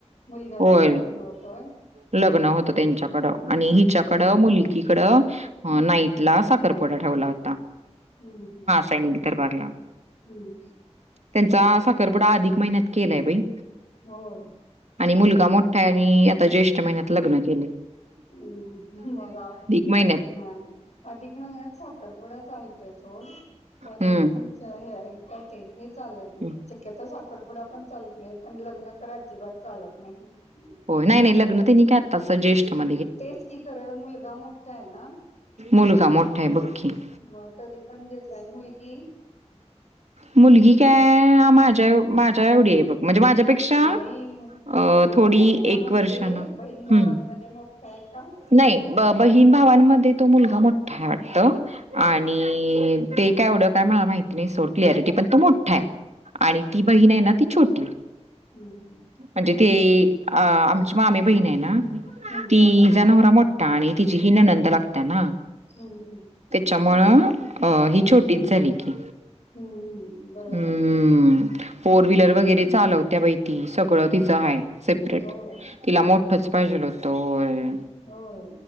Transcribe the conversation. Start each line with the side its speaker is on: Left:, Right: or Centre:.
Left: मुलग्याकडे
Right: होय
Left: ल बणवतोय
Right: लग्न होत त्यांच्याकडं आणि हिच्याकड मुली इकड नाईट ला साखरपोडा ठेवला होता
Left: ह ह
Right: सैन तरर पाला
Left: हम्
Right: त्यांचा साखरपुडा अधिक महिन्यात केलाय बाई
Left: होय
Right: आणि मुलगा मोठ्या
Left: हम्म
Right: आणि आता ज्येष्ठ महिन्यात लग्न केलं
Left: हम्म मगा
Right: महिन्यात?
Left: नाही अधिक महिन्यात साखरपुडा चालतोय सोड पण-
Right: हं.
Left: काय ते हे चालत नाही
Right: हं.
Left: शक्यतो साखरपुडा पण चालत- हे पण लग्न तर अजिबात चालत नाही
Right: होय नाही -नाही लग्न तनी काय आताच जेष्ठ म्ह-
Left: तेच की खर मुलगा मोठा आहे ना-
Right: मुलगा मोठ्ठा आहे बग की -
Left: म तरी पण घेतला आणि मुलगी <inaudible>
Right: मुलगी काय माझ्या माझ्या एवढी आहे बघ- म्हणजे माझ्यापेक्षा
Left: नाही मुलगा
Right: अ, थोडी
Left: मोठा
Right: एक
Left: म्हणजे
Right: वर्षानं
Left: बहीण भावांमध्ये
Right: हं.
Left: मोठा- काय का <inaudible>
Right: नाही बहीण भावांमध्ये तो मुलगा मोठा आहे वाटत आणि
Left: हम्म
Right: ते- एवढं काय मला माहिती नाही सोड क्लिरिटी पण तो मोठा आहे आणि ती बहीण आहे ना ती छोटी आहे
Left: हम् हम्
Right: म्हणजे ते अ आमची मामी बहीण आहे ना
Left: हम्म
Right: तीजा नवरा मोठा- आणि तिचीी हि ननंद लागता ना
Left: हम्म हम्म
Right: त्याच्यामळ अ ही छोट कटीच झाली की
Left: हम्मम् बरोबर.
Right: हम्म फोर व्हीलर
Left: हम्म
Right: वगैरे चालवत्या बाहि त सगळं तिचं आहे सेपरेट
Left: होय
Right: तिला मोठंच पाहिजेल होतं.
Left: होय